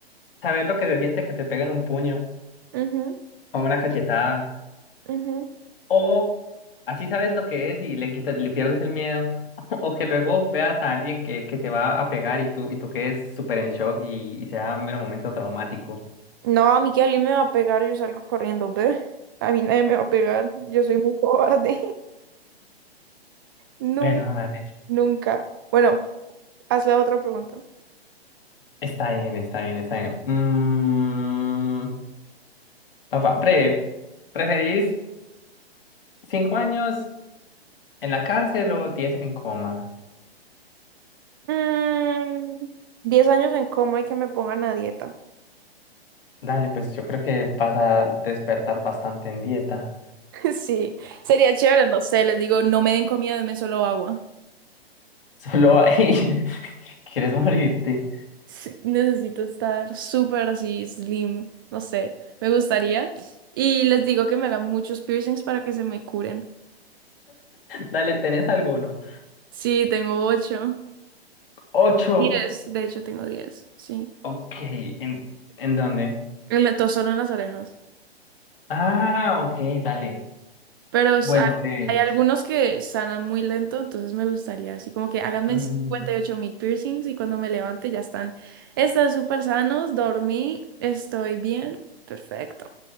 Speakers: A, on the left; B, on the right.
A: saber lo que se siente que te peguen un puño
B: Ujú,
A: o una cachetada,
B: ujú.
A: o así sabes lo que es y le quitas, le pierdes el miedo, <laughs> o que luego veas a alguien que, que te va a pegar y tú, y tú quedes súper en shock y, y sea un mero momento traumático.
B: No, a mí que alguien me va a pegar, yo salgo corriendo, ¿ve? A mí nadie me va a pegar. Yo soy muy cobarde. <laughs> No,
A: Bueno, dale.
B: nunca. Bueno, hazle otra pregunta.
A: Está bien, está bien, está bien. Mm, papá, pre, ¿preferís cinco años en la cárcel o diez en coma?
B: Mm, 10 años en coma y que me pongan a dieta.
A: Dale, pues yo creo que vas a despertar bastante en dieta.
B: <laughs> Sí, sería chévere, no sé, les digo, no me den comida, denme solo agua.
A: Solo ahí. <laughs> ¿Quieres morirte?
B: Sí, necesito estar súper así slim, no sé, me gustaría. Y les digo que me hagan muchos piercings para que se me curen.
A: Dale, ¿tenés alguno?
B: Sí, tengo ocho,
A: Ocho.
B: diez, de hecho tengo diez, sí.
A: Ok, ¿en, en dónde?
B: Y me to- solo en las orejas.
A: Ah, ok, dale.
B: Pero es-
A: Bueno,
B: hay,
A: breve.
B: hay algunos que sanan muy lento, entonces me gustaría así como que háganme
A: Mm,
B: cincuenta y ocho mil piercings y cuando me levante ya están, están súper sanos, dormí, estoy bien, perfecto.